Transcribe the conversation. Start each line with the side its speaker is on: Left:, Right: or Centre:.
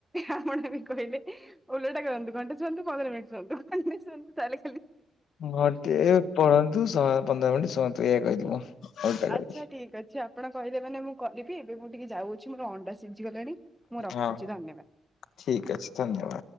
Centre: ଆପଣ ବି କହିଲେ ଓଲଟା କରନ୍ତୁ, ଘଣ୍ଟା ଶୁଅନ୍ତୁ, ପନ୍ଦର ମିନିଟ୍ ଶୁଅନ୍ତୁ, ଶୁଅନ୍ତୁ ତାହଲେ
Left: ଘଣ୍ଟେ ପଢନ୍ତୁ, ଶହ ପନ୍ଦର ମିନିଟ ଶୁଅନ୍ତୁ ଏହା କହିଲି ମୁଁ। ଓଲଟା କହିଲି
Centre: ଆଚ୍ଛା ଠିକ ଅଛି, ଆପଣ କହିଲେ ମାନେ ମୁଁ କରିବି, ଏବେ ମୁଁ ଟିକେ ଯାଉଛି ମୋର ଅଣ୍ଡା ସି ଜି ଗଲାଣି ମୁଁ ରଖୁଛି
Left: ହଁ।
Centre: ଧନ୍ୟବାଦ।
Left: ଠିକ୍ ଅଛି ଧନ୍ୟବାଦ।